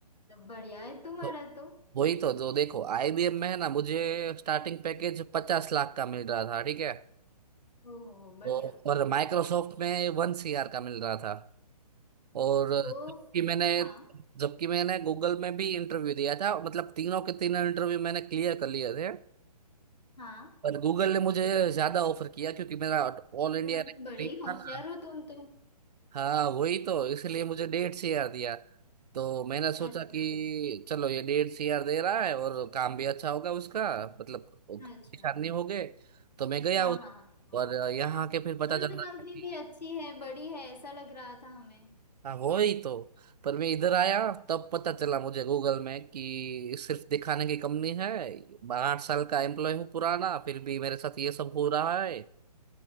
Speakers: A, on the left; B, on the right.
A: बढ़िया है तुम्हारा
B: तो
A: तो
B: वही तो जो देखो आईबीएम में है ना मुझे स्टार्टिंग पैकेज पचास लाख का मिल रहा था ठीक है
A: ओहो बढ़िया
B: तो और माइक्रोसॉफ्ट में वन सीआर का मिल रहा था और
A: तो
B: जबकि मैंने
A: हाँ
B: जबकि मैंने गूगल में भी इंटरव्यू दिया था मतलब तीनों के तीनों इंटरव्यू मैंने क्लियर कर लिए थे
A: हाँ
B: पर गूगल ने मुझे ज्यादा ऑफर किया क्योंकि मेरा ऑल
A: मतलब
B: इंडिया रैंक
A: बड़े ही होशियार
B: था ना
A: हो तुम तो
B: हाँ वही तो इसलिए मुझे डेढ़ से यार दिया तो मैंने सोचा
A: अच्छा
B: कि चलो ये डेढ़ से यार दे रहा है और काम भी अच्छा होगा उसका मतलब परेशान
A: अच्छा
B: नहीं हो गए तो मैं गया
A: हाँ
B: उधर
A: हाँ हाँ
B: और यहाँ के फिर पता
A: और वैसे
B: चला
A: कंपनी
B: कि
A: भी अच्छी है बड़ी है ऐसा लग रहा था हमें
B: हाँ हो ही तो पर मैं इधर आया तब पता चला मुझे गूगल में कि सिर्फ दिखाने की कंपनी है आठ साल का एम्प्लॉय हूँ पुराना फिर भी मेरे साथ ये सब हो रहा है